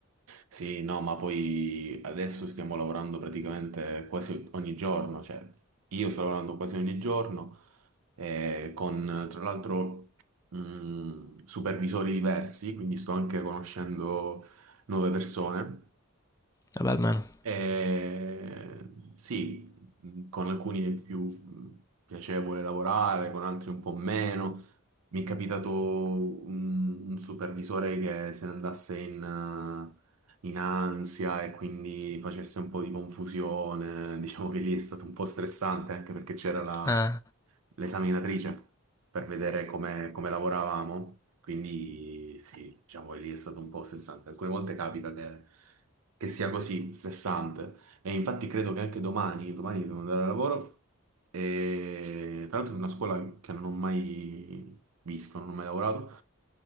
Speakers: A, on the right; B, on the left.
A: Sì, no, ma poi adesso stiamo lavorando praticamente quasi ogni giorno, cioè io sto lavorando quasi ogni giorno eh, con tra l'altro mh, supervisori diversi, quindi sto anche conoscendo nuove persone.
B: Vabbè, almeno.
A: Eh, sì, mh, con alcuni è più mh, piacevole lavorare, con altri un po' meno. Mi è capitato un, un supervisore che se ne andasse in, eh, in ansia e quindi facesse un po' di confusione. Diciamo che lì è stato un po' stressante anche perché c'era la
B: Eh.
A: l'esaminatrice per vedere come, come lavoravamo. Quindi sì, diciamo lì è stato un po' stressante. Alcune volte capita che, che sia così stressante. E infatti credo che anche domani, domani devo andare al lavoro. E tra l'altro è una scuola che non ho mai visto, non ho mai lavorato.